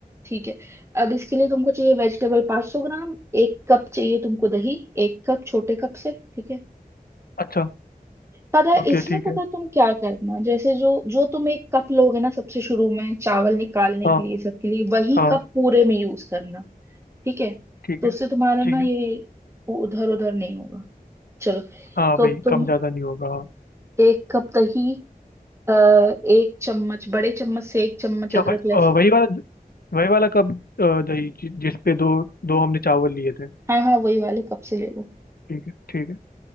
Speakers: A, on the right; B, on the left.
A: ठीक है अब इसके लिए तुमको चाहिए वेजिटेबल 500 ग्राम एक कप चाहिए तुमको दही एक कप छोटे कप से ठीक है
B: अच्छा
A: पता है
B: ओके
A: इसमें
B: ठीक
A: पता
B: है
A: है तुम क्या करना जैसे जो जो तुम एक कप लोगे ना सबसे शुरू में चावल निकालने
B: हाँ
A: के लिए सबके लिए वही
B: हाँ
A: कप पूरे में यूज करना ठीक है
B: ठीक
A: तो
B: है
A: उससे तुम्हारा ना
B: ठीक है
A: ये उधर उधर नहीं होगा चलो
B: हाँ
A: तो
B: भाई
A: अब तुम
B: कम ज़्यादा नहीं होगा हाँ
A: एक कप दही अ, एक चम्मच बड़े चम्मच से एक चम्मच
B: क्या
A: अदरक
B: भाई
A: लहसुन
B: अ, वही वाला वही वाला कब अ, दही जि- जिस पे दो दो हमने चावल लिए थे
A: हाँ हाँ वही वाले कप से ले लो
B: ठीक है ठीक है